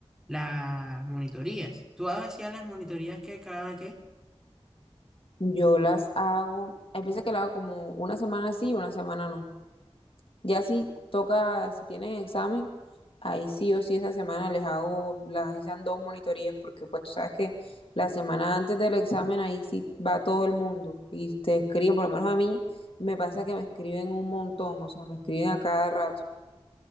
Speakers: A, in the centre; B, on the left.
A: las monitorías. Tú hacías las monitorías que cada que
B: Yo las hago, hay veces que la hago como una semana sí y una semana no. Ya si toca, si tienen examen, ahí sí o sí esa semana les hago, las dicen dos monitorías, porque pues tú sabes que la semana antes del examen ahí sí va todo el mundo y te escriben, por lo menos a mí me pasa que me escriben un montón, o sea, me escriben a cada rato.